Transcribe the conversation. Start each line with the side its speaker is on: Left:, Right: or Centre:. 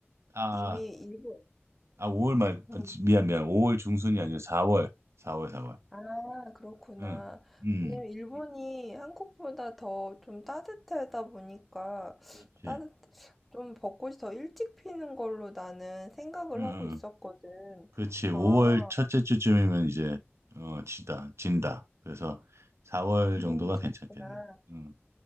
Right: 아,
Centre: 이미 일본,
Right: 아 5월 말
Centre: 음.
Right: 아, 지- 미안 미안. 5월 중순이 아니라 4월. 4월 4월.
Centre: 아, 그렇구나.
Right: 응. 음.
Centre: 왜냐면 일본이 한국보다 더 좀 따뜻하다 보니까
Right: 그렇지.
Centre: 따뜻, 좀 벚꽃이 더 일찍 피는 걸로 나는 생각을
Right: 응. 응.
Centre: 하고 있었거든.
Right: 응. 그렇지. 5월
Centre: 아,
Right: 첫째 주쯤이면 이제 어 진다 진다. 그래서 4월
Centre: 음,
Right: 정도가
Centre: 그렇구나.
Right: 괜찮겠네. 음,